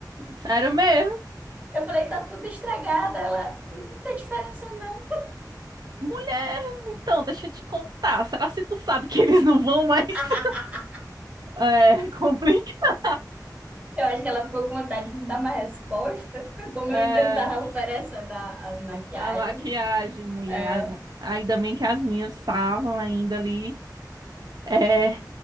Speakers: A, on the right; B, on the right.
A: Sério mesmo.
B: Eu falei: tá tudo estragado. Ela, não tem diferença não.
A: Mulher, então, deixa eu te contar. Será se tu sabe que eles não vão mais? <laughs>
B: <laughs>
A: É, complica.
B: Eu acho que ela ficou com vontade de me dar uma resposta, <laughs> como
A: É,
B: eu ainda estava oferecendo a- as maquiagens.
A: a maquiagem, mulher.
B: É,
A: Ainda bem que as minhas estavam ainda ali. É,